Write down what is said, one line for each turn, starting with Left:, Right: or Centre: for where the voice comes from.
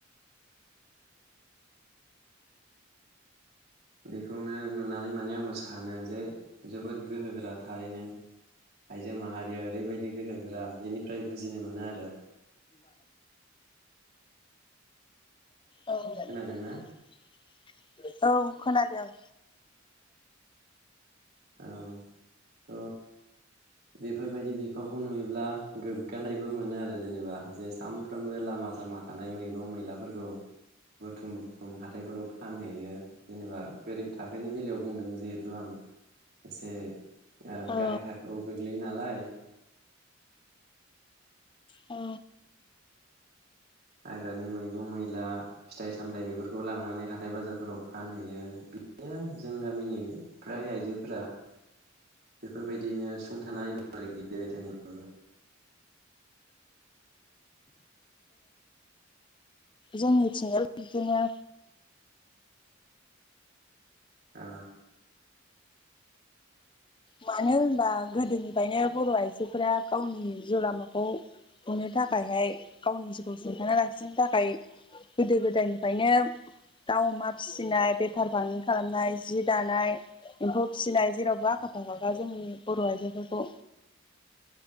Right: बेखौनो नुनानै माने आंबो सानो जे जोबोद गोहो गोरा थारैनो आइजो माहारिया ओरैबायदि गोहोगोरा बेनिफ्राय बुजिनो मोनो आरो
Left: <inaudible>
Right: खोनादोंना
Left: औ औ खोनादोंं
Right: औ त' बेफोरबायदि बिफावखौ नुयोब्ला गोग्गानायबो मोनो आरो जेनेबा जे सानफ्रोमबो लामा सामा थानाय मैगं मैलाफोरखौ बुथुम बुथुम हाथायफोराव फानहैयो जेनेबा गोरिब थाखोनि बेलायाव बुंदों जिहेथु आं एसे ओ
Left: औ
Right: गाहाय थाखोआव यो नालाय
Left: औ
Right: हाग्रानि मैगं मैला फिथाइ सामथाइ बेफोरखौ लांनानै हाथाय बाजारफोराव फानहैयो बिनो जों गामिनि फ्राय आइजोफोरा बेफोरबायदियैनो सुंथानानै दं आरोखि जाब
Left: जोंनिथिंबो बिदिनो
Right: अ
Left: मानो होनबा गोदोनिफ्रायनो बर' आइजोफोरा गावनि जिउ लामाखौ हनो थाखायहाय गावनि जिउखौ सुंथाना लाखिनो थाखाय गोदो गोदायनिफ्रायनो दाउ अमा फिसिनाय बेफार फालांगि खालामनाय जि दानाय एम्फौ सिलाय जेरावबो
Right: औ
Left: आखा फाखा खा जोंनि बर' आइजोफोरखौ